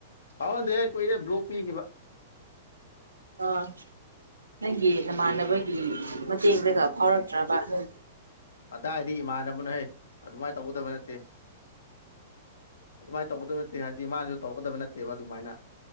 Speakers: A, on the left; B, on the right.
A: ꯍꯥꯎꯅꯗꯍ ꯔꯦ ꯕꯂꯣꯛ ꯄꯤꯒꯤꯕ
B: ꯑꯥ ꯅꯪꯒꯤ ꯅꯃꯥꯟꯅꯕꯒꯤ ꯃꯇꯦꯡꯗꯒ ꯐꯥꯎꯔꯛꯇ꯭ꯔꯕ ꯅꯣꯏ
A: ꯑꯗꯥꯏꯗꯤ ꯏꯃꯥꯟꯅꯕꯅꯍꯩ ꯑꯗꯨꯃꯥꯏꯅ ꯇꯧꯒꯗꯕ ꯅꯠꯇꯦ ꯑꯗꯨꯃꯥꯏꯅ ꯇꯧꯒꯗꯕ ꯅꯠꯇꯦ ꯍꯥꯏꯕꯗꯤ ꯃꯥꯅꯁꯨ ꯇꯧꯔꯛꯀꯗꯕ ꯅꯠꯇꯦꯕ ꯑꯗꯨꯃꯥꯏꯅ